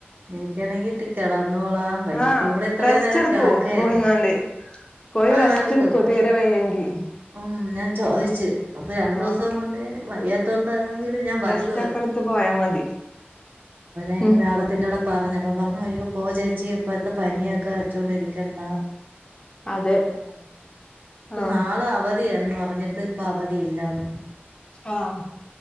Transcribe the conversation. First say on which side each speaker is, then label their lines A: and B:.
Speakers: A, on the right; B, on the left.
A: എനിക്കാണെങ്കി തിക്കാടാ അന്നോളാം പയ്യ
B: ആഹ്
A: ഇവിടെ ഇത്ര
B: റെസ്റ്റ്
A: നേരം
B: എടുക്കൂ
A: കിടക്കായിരുന്നു
B: പോയിങ്ങാണ്ട് പോയി
A: ആഹ്
B: സ്ിച്ചടുക്ക
A: എടുക്കും
B: തീരവ്യങ്കി
A: ഉം ഞാൻ ചോദിച്ചു അപ്പൊ രണ്ടു
B: ആഹ്
A: ദിവസം കൊണ്ട് വയ്യാത്തോണ്ട ഞ വരു
B: റെസ്റ്റ് ഒക്കെ എടുത്ത് പോയാ മതി
A: അഞ
B: ഉം
A: പറഞ്ഞപ്പം പറഞ്ഞു അയ്യോ പോ ചേച്ചി ഇപ്പത്തെ പനിയൊക്കെ വെച്ചോണ്ടിരിക്കണ്ട ആ
B: അതെ
A: പറഞ്ഞ ഇപ്പ
B: ആഹ്
A: നാളെ അവ ന്ന് പറഞ്ഞിട്ട് ഇപ്പൊ അവധി ഇല്ലന്ന്
B: ആഹ